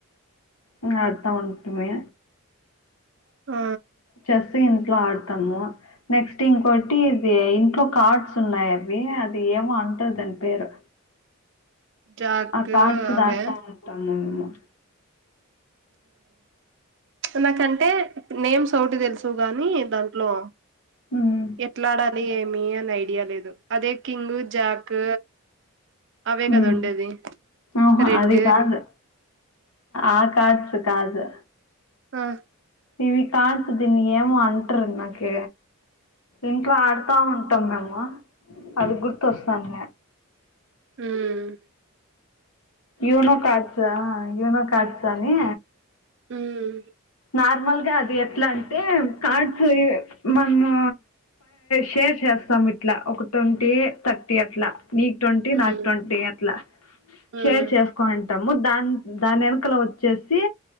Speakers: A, on the left (about 85°); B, on the right (about 55°).
A: ఉం అట్ట ఉంటమే
B: ఆ
A: చెస్ ఇంట్లో ఆడతాము నెక్స్ట్ ఇంకోటి ఇది ఇంట్లో కార్డ్స్ ఉన్నాయి అవి అది ఏమో అంటది దాని పేరు
B: జాక్
A: ఆ కార్డ్స్
B: అవే
A: దాడుతా ఉంటాము మేము
B: ఉం నాకంటే నేమ్స్ ఒకటి తెలుసు గాని దాంట్లో
A: హ్మ్.
B: ఎట్లాడాలి ఏమి అని ఐడియా లేదు అదే కింగ్ జాక్ అవే
A: హ్మ్.
B: కదా ఉండేది
A: ఆహా
B: రెడ్
A: అది కాదు. ఆ కార్డ్స్ కాదూ
B: ఆ
A: ఇవి కార్డ్స్ దిని ఏమో అంటర నాకి ఇంట్లో ఆడుతా ఉంటాం మేము అది గుర్తొస్తోంది
B: ఉం
A: యోనో కార్డ్స్ ఆ యోనో కార్డ్స్ అని
B: ఉం
A: నార్మల్గా అది ఎట్లా అంటే కార్డ్స్ మనము షేర్ చేస్తాం ఇట్లా ఒక ట్వంటీ థర్టీ అట్లా నీకు ట్వంటీ నాకు
B: మ్మ్
A: ట్వంటీ అట్లా
B: మ్మ్
A: షేర్ చేస్త కొంటాము దాని దాని వెనకలో వచ్చేసి